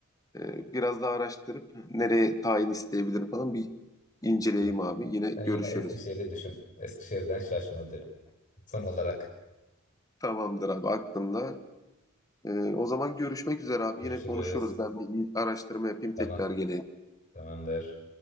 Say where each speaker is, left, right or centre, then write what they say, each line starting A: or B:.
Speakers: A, on the left; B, on the left.
A: e, biraz daha araştırıp nereye tayin isteyebilirim falan bir inceleyeyim
B: Ama
A: abi. Yine görüşürüz.
B: Sen yine Eskişehir'i düşün. Eskişehir'den şaşma derim. Son olarak
A: Tamamdır abi aklımda. Ee, o zaman görüşmek üzere abi.
B: görüşürüz.
A: Yine konuşuruz. Ben bir araştırma yapayım
B: Tamam.
A: tekrar geleyim.
B: Tamamdır.